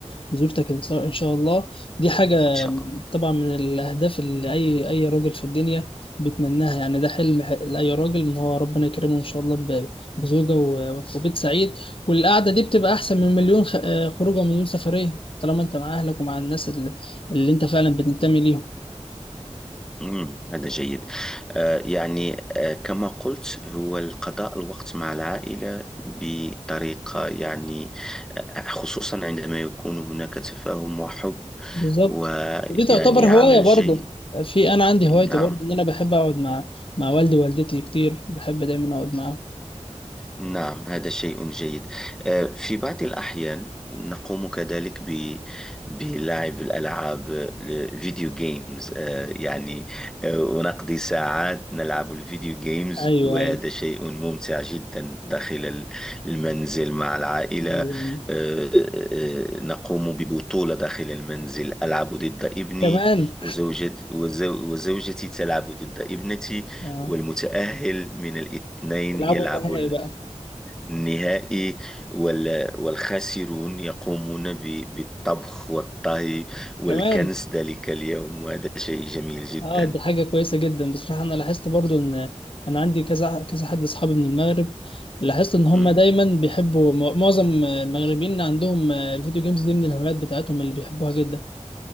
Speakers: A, on the left (about 50°); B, in the centre.
A: وزوجتك ان شاء إن شاء الله دي حاجه
B: إن شاء الله
A: طبعا من الاهداف اللي اي اي راجل في الدنيا بيتمناها يعني ده حلم ح- لاي راجل ان هو ربنا يكرمه ان شاء الله ب- بزوجه و- وبيت سعيد والقعده دي بتبقى احسن من مليون خ- آه، خروجه ومليون سفريه طالما انت مع اهلك ومع الناس اللي, اللي انت فعلا بتنتمي ليهم
B: مم، هذا جيد آه، يعني آه، كما قلت هو القضاء الوقت مع العائلة بطريقة يعني آه، خصوصا عندما يكون هناك تفاهم وحب
A: بالظبط
B: ويعني
A: ودي تعتبر هواية
B: عمل
A: برضه
B: جيد
A: في أنا عندي هوايتي
B: نعم
A: برضه إن أنا بحب أقعد مع مع والدي ووالدتي كتير بحب دايما أقعد معاهم
B: نعم هذا شيء جيد آه، في بعض الأحيان نقوم كذلك ب... بلعب الألعاب الفيديو جيمز آه، يعني آه، ونقضي ساعات نلعب الفيديو جيمز
A: أيوه
B: وهذا
A: أيوه
B: شيء ممتع جدا داخل ال- المنزل مع العائلة
A: أيوه
B: آه، آه، نقوم ببطولة داخل المنزل ألعب ضد ابني
A: كمان
B: وزوجتي وزو... وزوجتي تلعب ضد ابنتي
A: آه.
B: والمتأهل من الاثنين
A: يلعبوا
B: يلعب
A: النهائي بقى
B: نهائي وال- والخاسرون يقومون ب- بالطبخ والطهي والكنس
A: كمان
B: ذلك اليوم وهذا شيء جميل جدا
A: اه دي حاجة كويسة جدا بصراحة أنا لاحظت برضو إن أنا عندي كذا كذا حد أصحابي من المغرب لاحظت إن هم
B: مم.
A: دايما بيحبوا معظم المغربيين عندهم الفيديو جيمز دي من الهوايات بتاعتهم اللي بيحبوها جدا